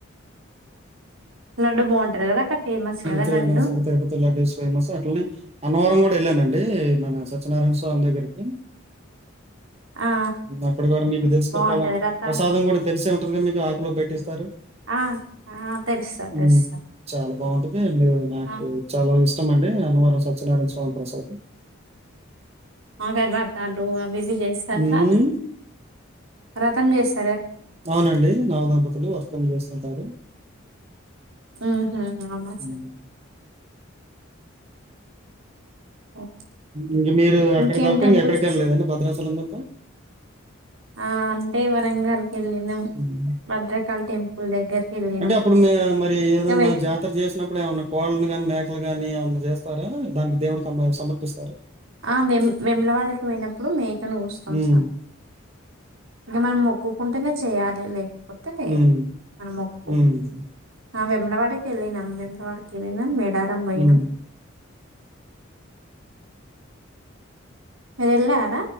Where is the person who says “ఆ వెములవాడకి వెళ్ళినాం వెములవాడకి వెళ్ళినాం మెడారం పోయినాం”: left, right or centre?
Right